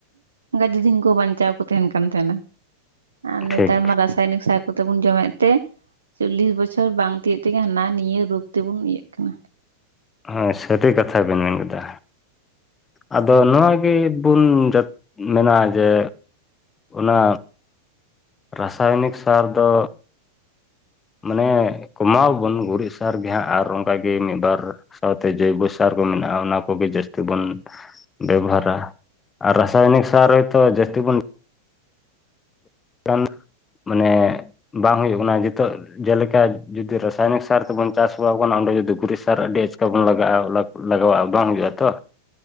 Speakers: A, on the right; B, on the left.
A: ᱜᱟᱹᱡᱮ ᱫᱤᱱ ᱠᱚ ᱵᱟᱧᱪᱟᱣ ᱠᱚ ᱛᱟᱦᱮᱱ ᱠᱟᱱ ᱛᱟᱦᱮᱱᱟ ᱾ ᱟᱨ ᱱᱮᱛᱟᱨ
B: ᱴᱷᱤᱠ
A: ᱢᱟ ᱨᱟᱥᱟᱭᱚᱱᱤᱠ ᱥᱟᱨ ᱠᱚᱛᱮ ᱵᱚᱱ ᱡᱚᱢᱮᱫ ᱛᱮ ᱪᱚᱞᱞᱤᱥ ᱵᱚᱪᱷᱚᱨ ᱵᱟᱝ ᱛᱤᱭᱳᱜ ᱛᱮᱜᱮ ᱦᱟᱱᱟ ᱱᱤᱭᱟᱹ ᱨᱳᱜ ᱛᱮᱵᱚᱱ ᱤᱭᱟᱹᱜ ᱠᱟᱱᱟ ᱾
B: ᱦᱳ ᱥᱟᱹᱨᱤ ᱠᱟᱛᱷᱟ ᱵᱤᱱ ᱢᱮᱱ ᱠᱮᱫᱟ ᱾ ᱟᱫᱚ ᱱᱚᱣᱟ ᱜᱮᱵᱚᱱ ᱢᱮᱱᱟᱜᱼᱟ ᱡᱮ ᱚᱱᱟ ᱨᱟᱥᱟᱭᱱᱤᱠ ᱥᱟᱨ ᱫᱚ ᱢᱟᱱᱮ ᱠᱚᱢᱟᱣᱵᱚᱱ ᱜᱩᱨᱤᱡ ᱥᱟᱨ ᱜᱮᱦᱟᱸᱜ ᱟᱨ ᱚᱱᱠᱟᱜᱮ ᱢᱤᱫᱵᱟᱨ ᱥᱟᱶᱛᱮ ᱡᱳᱭᱵᱚ ᱥᱟᱨ ᱠᱚ ᱢᱮᱱᱟᱜᱼᱟ ᱚᱱᱟ ᱠᱚᱜᱮ ᱡᱟᱹᱥᱛᱤ ᱵᱚᱱ ᱵᱮᱵᱚᱦᱟᱨᱟ ᱟᱨ ᱨᱟᱥᱟᱭᱱᱤᱠ ᱥᱟᱨ ᱦᱚᱭᱛᱳ ᱡᱟᱥᱛᱤ ᱵᱚᱱ ᱟᱱ ᱢᱟᱱᱮ ᱵᱟᱝ ᱦᱩᱭᱩᱜ ᱠᱟᱱᱟ ᱱᱤᱛᱚᱜ ᱡᱮᱞᱮᱠᱟ ᱡᱩᱫᱤ ᱨᱟᱥᱟᱭᱚᱱᱤᱠ ᱥᱟᱨ ᱛᱮᱵᱚᱱ ᱪᱟᱥ ᱵᱟ <unintelligible> <unintelligible> ᱚᱸᱰᱮ ᱡᱩᱫᱤ ᱜᱩᱨᱤᱡ ᱥᱟᱨ ᱟᱹᱰᱤ <unintelligible> <unintelligible> ᱛᱚᱵᱚᱱ ᱞᱟᱜᱟᱜᱼᱟ ᱞᱟᱜᱟᱣᱼᱟ ᱵᱟᱝ ᱦᱩᱭᱩᱜᱼᱟ ᱛᱚ᱾